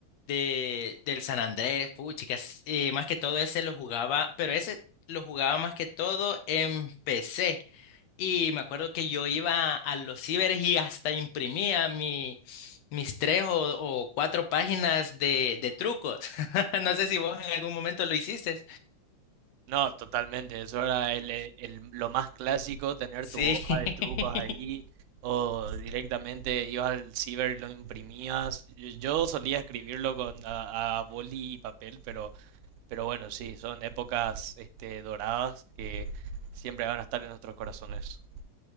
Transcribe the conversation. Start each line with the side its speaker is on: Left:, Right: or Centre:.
Left: de, del San Andrés, puh, chicas, eh, más que todo ese lo jugaba, pero ese lo jugaba más que todo en PC. Y me acuerdo que yo iba a los ciberes y hasta imprimía mi, mis tres o, o cuatro páginas de, de trucos. <laughs> No sé si vos en algún momento lo hiciste.
Right: No, totalmente, eso era el, eh, el- lo más clásico, tener
Left: Sí,
Right: tu hoja
Left: <laughs>
Right: de trucos allí, o directamente ibas al ciber y lo imprimías. Yo solía escribirlo con, a, a boli y papel, pero... Pero bueno, sí, son épocas este, doradas que siempre van a estar en nuestros corazones.